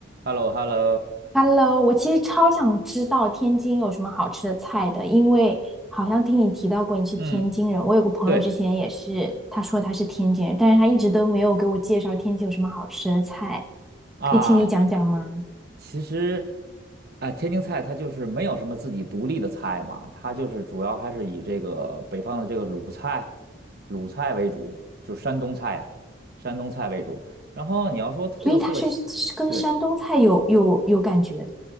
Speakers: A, on the right; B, in the centre.
A: h e l l o h e l l o
B: Hello，我其实超想知道天津有什么好吃的菜的，因为好像听你提到过你是天津人。
A: 嗯，
B: 我有个朋友之前也是，
A: 对
B: 他说他是天津人，但是他一直都没有给我介绍天津有什么好吃的菜，
A: 啊，
B: 可以请你讲讲吗？
A: 其实啊，天津菜它就是没有什么自己独立的菜嘛，它就是主要还是以这个北方的这个鲁菜、鲁菜为主，就山东菜啊，山东菜为主。然后你要说特色西对
B: 所以他是是跟山东菜有有有感觉的